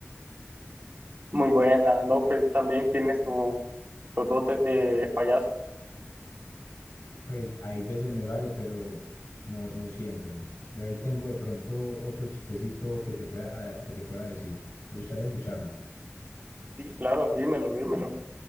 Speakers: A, on the right; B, on the left.
A: Muy buena, ¿no? Pues también tiene su, sus dotes de payaso.
B: Pues hay veces me sale, pero no, no siempre. Yo ahí tengo de pronto otro chistecito que te pueda, que te pueda decir. ¿Te gustaría escucharlo?
A: Sí, claro, dímelo, dímelo.